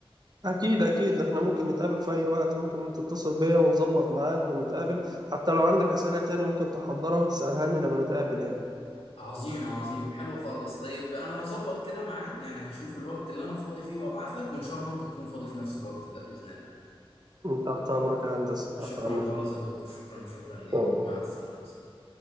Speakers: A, on the right (about 45°); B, on the left (about 80°).
A: اكيد اكيد احنا ممكن نتقابل في اي وقت ممكن انت تتصل بيا ونظبط ميعاد ونتقابل حتى لو عندك اسئلة تاني ممكن تحضرها وتسألها لي لما نتقابل يعني
B: عظيم عظيم حلو خالص طيب أنا هظبط كده ميعاد يعني هشوف الوقت اللي أنا فاضي فيه وأبعت لك وإن شاء الله أنت تكون فاضي في نفس الوقت ده بإذن الله
A: تحت امرك يا هندسة
B: شكرا
A: تحت امرك
B: خالص يا دكتور شكرا شكرا ليك
A: تمام.
B: مع السلامة